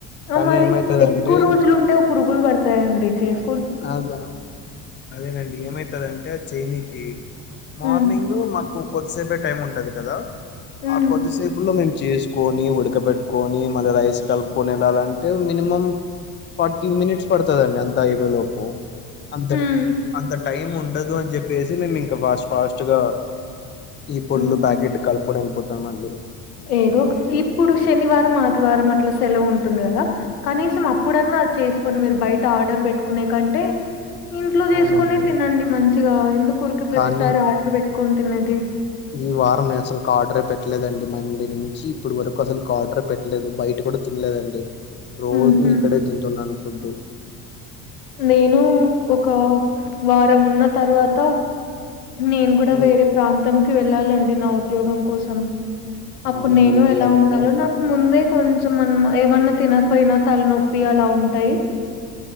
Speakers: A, on the left; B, on the left.
A: ఆ
B: కానీ
A: మరి
B: ఏమైతదంటే
A: ఎక్కువ రోజులుంటే పురుగులు పడతాయండి కేస్
B: అవున అదేనండి ఏమైతదండి? టే చేనికి మార్నింగ్
A: ఉమ్
B: మాకు కొద్దిసేపే టైం ఉంటది కదా
A: ఉమ్
B: ఆ కొదిసేపు లో మేం చేసుకొని ఉడక పెట్టుకొని మళ్ళీ రైస్ కలుపుకొని వెళ్ళాలంటే మినిమం ఫార్టీ మినెట్స్ పడుతదండి అంత అయిపోయేలోపు అంతండి
A: ఉమ్
B: అంతండి టైం ఉండదు అని చెప్పేసి మేము ఇంకా ఫాస్ట్ ఫాస్ట్గా ఈ పుళ్ళు
A: ఉహు
B: ప్యాకెటు కలుపుడ ఐపోతమండి
A: ఏదో ఇప్పుడు శనివారం ఆదివారం అట్లా సెలవు ఉంటుంది కదా కనీస్ సం అప్పుడన్నా అది చేసుకోని మీరు బయట ఆర్డర్ పెట్టుకునే కంటే ఇంట్లో
B: అవునండి
A: చేసుకొనె తినండి మంచిగా ఎందుకు ఊరికె ప్రతిసారి
B: కానీ
A: ఆర్డర్ బెట్టుకొని తినేది
B: ఈ వారం నేను అసలుకి ఆర్డర్ పెట్టలేదండి మండీ నుంచి ఇప్పుడు వరకు అసలు కార్డర్ పెట్టలేదు బయటి కూడా తినలేదండి రోజూ
A: హుహు.
B: ఇక్కడే తింటున్నాను ఫుడ్డు
A: నేను ఒక వారం ఉన్న తర్వాత నేను కూడా
B: ఉమ్,
A: వేరే ప్రాంతంకి వెళ్ళాలన్ అండీ నా ఉద్యోగం కోసం అప్పుడు
B: అవునండి
A: నేను
B: వెళ్ళాలి
A: ఎలా ఉండాలో
B: కదా
A: నాకు ముందే కొంచమన్న ఏమన్న తినకపోయినా తలనొప్పి అలా ఉంటయి